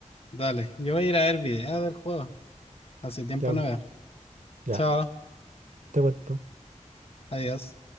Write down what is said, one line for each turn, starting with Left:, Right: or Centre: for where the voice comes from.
Left: dale, yo voy a ir a ver videos del juego. Hace tiempo
Right: Ya,
Left: no veo.
Right: ya,
Left: Chao,
Right: te cuento.
Left: adiós.